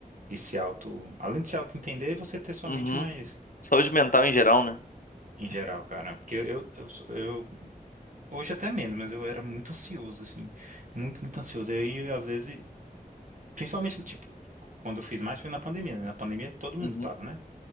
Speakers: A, on the right; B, on the left.
A: e se auto. Além de se auto-entender, você ter sua
B: Uhum.
A: mente mais.
B: Saúde mental em geral, né?
A: Em geral, cara. Porque eu, eu, sou- eu- hoje até menos, mas eu era muito ansioso, assim. Muito, muito ansioso. E aí, às vezes, principalmente, tipo, quando eu fiz mais foi na pandemia, né? Na pandemia todo mundo
B: Uhum.
A: tava, né?